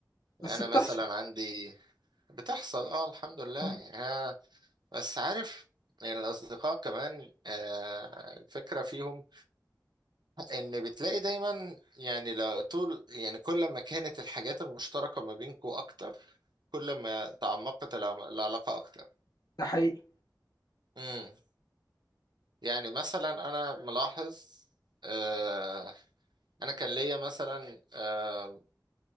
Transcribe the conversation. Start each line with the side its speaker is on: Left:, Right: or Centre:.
Left: بس
Right: انا
Left: بتحصل
Right: مثلا عندي بتحصل اه الحمد لله
Left: مم.
Right: يعني آه، بس عارف يعني الاصدقاء كمان آه، الفكرة فيهم ان بتلاقي دايما يعني لو طول يعني كل ما كانت الحاجات المشتركة ما بينكو اكتر كل ما تعمقت العم- العلاقة اكتر
Left: ده حقيقي
Right: امم يعني مثلا انا ملاحظ آه انا كان ليا مثلا آه